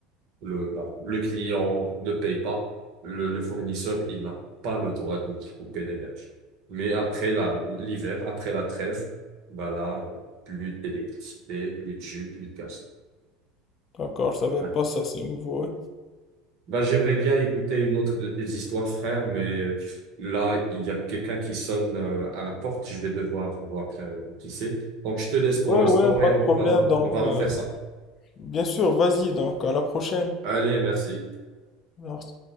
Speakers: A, on the right; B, on the left.
A: Le, bah, le client ne paye pas, le, le fournisseur, il n'a pas le droit de lui couper l'héberge. Mais après la, l'hiver, après la trêve, bah là, euh, plus d'électricité, plus de jus, plus de gaz.
B: D'accord, je savais
A: Ouais.
B: pas ça, c'est nouveau.
A: Bah, j'aimerais bien écouter une autre de tes histoires, frère, mais là, il y a quelqu'un qui sonne euh, à la porte. Je vais devoir voir euh, qui c'est. Donc, je te laisse pour
B: Ouais,
A: l'instant
B: ouais, ouais, pas
A: et on
B: de problème,
A: va,
B: donc.
A: on va refaire
B: euh,
A: ça.
B: Bien sûr, vas-y donc, à la prochaine.
A: Allez, merci.
B: Merci.